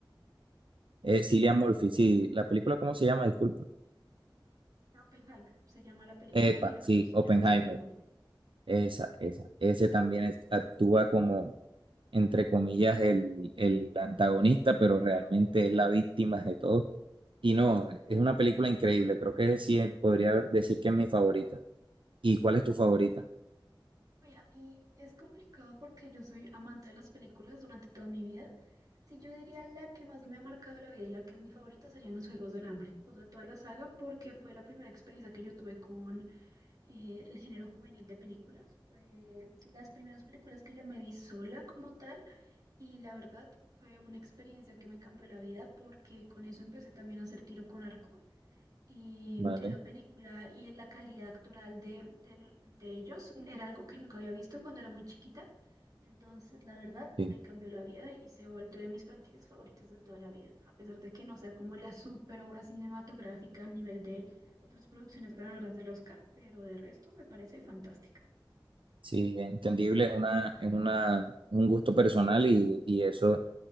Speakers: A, on the right; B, on the right.
A: Eh, Cillian Murphy, sí, la película, ¿cómo se llama? Disculpa.
B: Oppenheimer se llama la película
A: Epa,
B: y el
A: sí,
B: actor se
A: Oppenheimer,
B: llama Cillian Murphy.
A: esa, esa. Ese también es- actúa como, entre comillas, el, el antagonista, pero realmente es la víctima de todo. Y no, es una película increíble, creo que sí, eh, podría decir que es mi favorita. ¿Y cuál es tu favorita?
B: Uy, a mí es complicado porque yo soy amante de las películas durante toda mi vida. Si yo diría la que más me ha marcado la vida y la que es mi favorita serían Los Juegos del Hambre, o sea, toda la saga, porque fue la primera experiencia que yo tuve con eh, el género juvenil de películas. Fue las primeras películas que yo me vi sola como tal y la verdad fue una experiencia que me cambió la vida porque con eso empecé también a hacer tiro con arco y
A: Vale,
B: esa película y en la calidad actoral de, del- de ellos era algo que nunca había visto cuando era muy chiquita. Entonces, la verdad,
A: sí.
B: me cambió la vida y se ha vuelto de mis franquicias favoritas en toda la vida. A pesar de que no sea como la super obra cinematográfica al nivel de otras producciones ganadoras del Oscar, pero de resto me parece fantástica.
A: Sí, entendible, es una, es una, es un gusto personal y, y eso